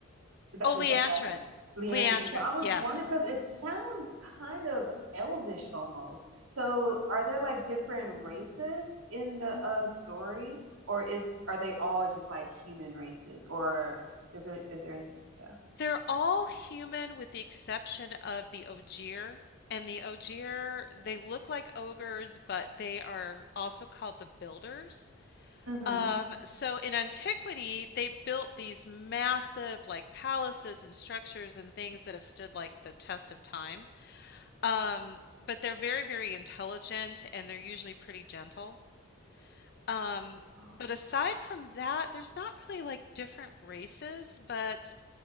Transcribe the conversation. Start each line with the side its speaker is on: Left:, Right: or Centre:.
Right: Is that,
Left: Oh,
Right: is
Left: Leandrin.
Right: that right? Leandrin.
Left: Leandrin,
Right: So I was
Left: yes.
Right: wondering because it sounds kind of elvish almost. So are there like different races in the uh story, or is are they all just like human races, or is there is there anything? Yeah.
Left: They're all human with the exception of the Ogier. And the Ogier, they look like ogres, but they are also called the builders.
Right: Mm-hmm.
Left: Um, so in antiquity, they built these massive like palaces and structures and things that have stood like the test of time. Um, but they're very, very intelligent and they're usually pretty gentle. Um,
Right: Oh.
Left: but aside from that, there's not really like different races, but